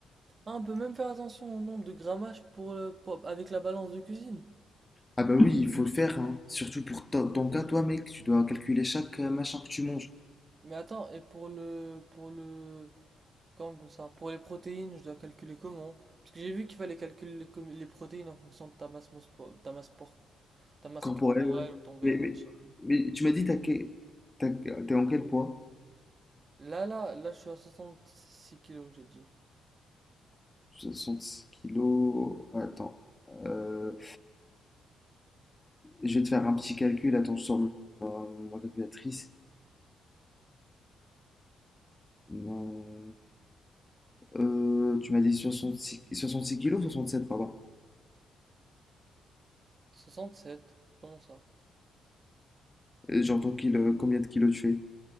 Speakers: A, on the right (about 40°); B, on the left (about 15°).
A: Ah, on peut même faire attention au nombre de grammages pour le, pour- avec la balance de cuisine.
B: Ah bah oui, il faut le faire, hein. Surtout pour to- ton cas, toi, mec. Tu dois calculer chaque euh, machin que tu manges.
A: Mais attends, et pour le, pour le, comme ça, pour les protéines, je dois calculer comment? Parce que j'ai vu qu'il fallait calculer les, com- les protéines en fonction de ta masse, mospo- ta masse, por- ta masse
B: Corporel,
A: corporelle
B: ouais.
A: ou ton BMI.
B: Mais, mais, mais tu m'as dit, t'as que- t'as- t'es en quel poids?
A: Là, là, là, je suis à 66 kilos, j'ai dit.
B: 66 kilos. Attends. Euh, Je vais te faire un petit calcul. Attends, je sors ma, ma calculatrice. Euh, euh, tu m'as dit 66, 66 kilos, 67, pardon.
A: soixante sept comment ça?
B: Euh, J'entends kilo, combien de kilos tu fais,